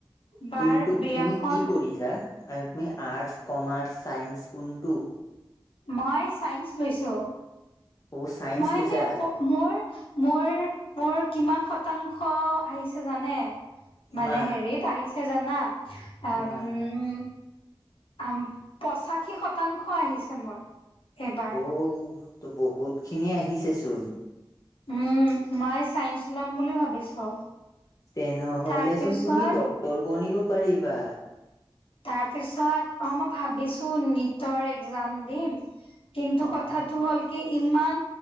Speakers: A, on the left; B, on the left.
A: বাৰ
B: কোনটোক
A: বিয়াখন
B: তুমি কি কৰিছা? আৰু তুমি আৰ্টচ, কমাৰ্চ, চাইন্স কোনটো?
A: মই চাইন্ঞ্চ লৈছো।
B: অ' চাইন্স
A: মই
B: লৈছা
A: এনে প মোৰ মোৰ মোৰ কিমান শতাংশ আহিছে জানে?
B: কিমান
A: মানে হেৰিত আহিছে জানা,
B: কিমান
A: আম উম আম পঁচাশী শতাংশ আহিছে মোৰ এইবাৰ।
B: অও ত বহুতখিনি আহিছেচোন।
A: উম মায় চাইন্স লম বুলি ভাবিছো।
B: তেনেহ'লেচোন
A: তাৰপিছত
B: তুমি ডক্তৰ বনিব পাৰিবা।
A: তাৰ পিছত অ মই ভাবিছো নিটৰ একজাম দিম। কিন্তু
B: অ'
A: কথাটো হ'ল কি ইমান